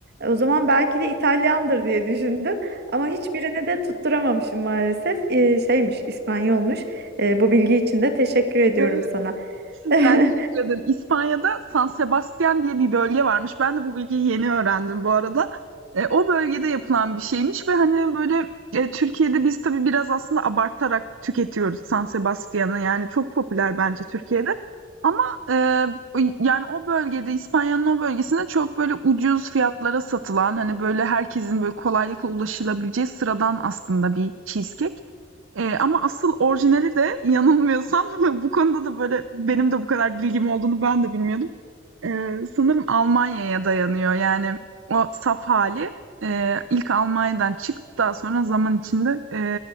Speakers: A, on the right; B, on the right.
A: O zaman belki de İtalyandır diye düşündüm. Ama hiçbirini de tutturamamışım maalesef. Ee, şeymiş, İspanyolmuş. E, bu bilgi için de teşekkür ediyorum
B: evet.
A: sana.
B: <laughs>
A: <laughs>
B: Ben teşekkür ederim. İspanya'da San Sebastian diye bir bölge varmış. Ben de bu bilgiyi yeni öğrendim bu arada. E, o bölgede yapılan bir şeymiş ve hani böyle e, Türkiye'de biz tabii biraz aslında abartarak tüketiyoruz San Sebastian'ı. Yani çok popüler bence Türkiye'de. Ama e, yani o bölgede İspanya'nın o bölgesinde çok böyle ucuz fiyatlara satılan hani böyle herkesin böyle kolaylıkla ulaşılabileceği sıradan aslında bir cheesecake. Eee, ama asıl orijinali de yanılmıyorsam <laughs> bu konuda da, böyle, benim de bu kadar bilgim olduğunu ben de bilmiyordum. Eee, sanırım Almanya'ya dayanıyor. Yani o saf hali eee, ilk Almanya'dan çıkıp daha sonra zaman içinde, eee,